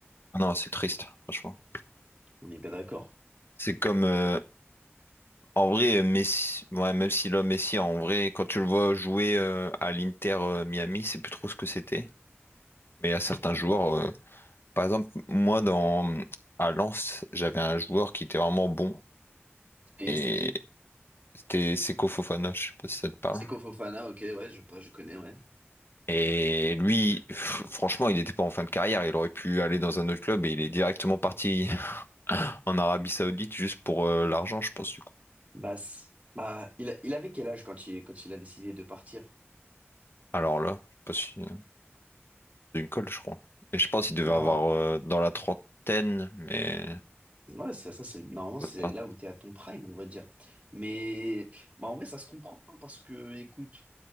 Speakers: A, on the left; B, on the right.
A: Ah non, c'est triste, franchement.
B: On est bien d'accord.
A: C'est comme, euh, en vrai, Messi, ouais, même si l'homme Messi, en vrai, quand tu le vois jouer euh, à l'Inter euh, Miami, c'est plus trop ce que c'était. Mais il y a certains joueurs, euh, par exemple, moi, dans, à Lens, j'avais un joueur qui était vraiment bon
B: Et
A: et
B: c'est qui?
A: c'était Seko Fofana, je sais pas si ça te parle.
B: Seko Fofana, ok, ouais, je, je connais, ouais.
A: Et lui, f- franchement, il n'était pas en fin de carrière. Il aurait pu aller dans un autre club et il est directement parti <laughs> en Arabie Saoudite juste pour euh, l'argent, je pense, du coup.
B: Bah, c- bah, il, a- il avait quel âge quand il, quand il a décidé de partir?
A: Alors là, je sais pas si c'est une colle, je crois. Et je pense qu'il devait
B: bah
A: avoir euh, dans la trentaine, mais
B: Ouais, c'est ça, c'est normalement c'est
A: euh,
B: là où tu es à ton prime, on va dire. Mais bah, en vrai, ça se comprend hein, parce que écoute,